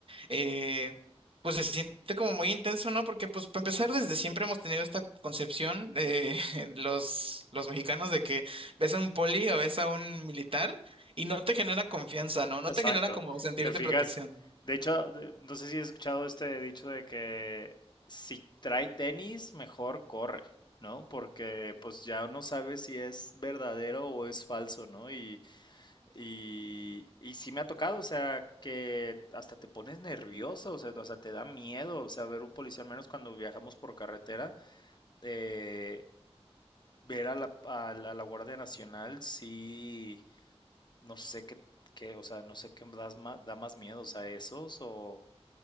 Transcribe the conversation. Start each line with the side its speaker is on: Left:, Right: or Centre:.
Right: eh, pues se siente como muy intenso, ¿no? Porque pues para empezar desde siempre hemos tenido esta concepción de <laughs> los, los mexicanos de que ves a un poli o ves a un militar y no te genera confianza, ¿no? No
Left: Exacto.
Right: te genera como sentirte
Left: ¿Te fijas?
Right: protección.
Left: De hecho, de- no sé si has escuchado este dicho de que si trae tenis, mejor corre, ¿no? Porque pues ya uno sabe si es verdadero o es falso, ¿no? Y, y, y sí me ha tocado, o sea, que hasta te pones nervioso, o sea, o sea, te da miedo, o sea, ver un policía, al menos cuando viajamos por carretera, eh, ver a la, a la a la Guardia Nacional, sí. No sé qué, qué, o sea, no sé qué das ma- da más miedo, o sea, esos o,